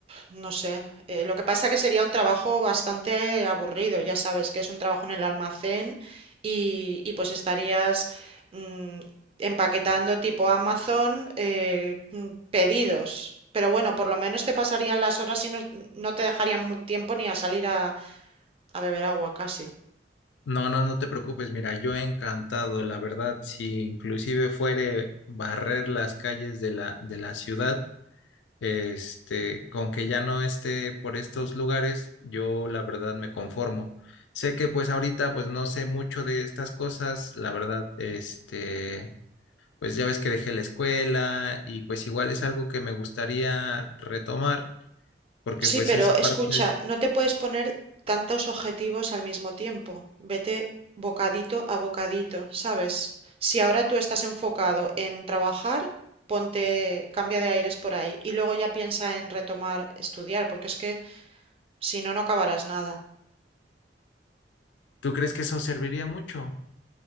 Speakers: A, on the right; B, on the left.
A: No sé, eh, lo que pasa que sería un trabajo bastante aburrido, ya sabes que es un trabajo en el almacén y, y pues estarías mm, empaquetando tipo Amazon eh, mm, pedidos, pero bueno, por lo menos te pasarían las horas y no, no te dejarían mu- tiempo ni a salir a, a beber agua casi.
B: No, no, no te preocupes, mira, yo encantado, la verdad, si inclusive fuere barrer las calles de la, de la ciudad. Este, con que ya no esté por estos lugares, yo la verdad me conformo. Sé que pues ahorita pues no sé mucho de estas cosas, la verdad, este, pues ya ves que dejé la escuela y pues igual es algo que me gustaría retomar porque
A: Sí,
B: pues
A: pero
B: es parte,
A: escucha, no te puedes poner tantos objetivos al mismo tiempo. Vete bocadito a bocadito, ¿sabes? Si ahora tú estás enfocado en trabajar, ponte, cambia de aires por ahí y luego ya piensa en retomar estudiar, porque es que si no, no acabarás nada.
B: ¿tú crees que eso serviría mucho?